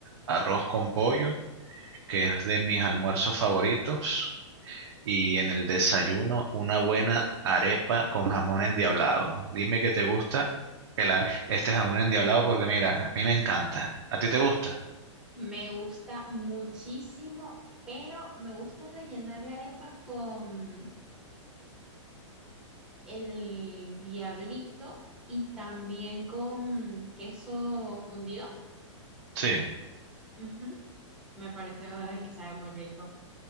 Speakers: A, on the right (about 55°); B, in the centre.
A: arroz con pollo, que es de mis almuerzos favoritos, y en el desayuno una buena arepa con jamón endiablado. Dime que te gusta el a- este jamón endiablado porque mira, a mí me encanta. ¿A ti te gusta?
B: Me gusta muchísimo, pero me gusta rellenar la arepa con el diablito y también con queso fundido.
A: Sí.
B: Ujú. Me parece ay, que sabe muy rico.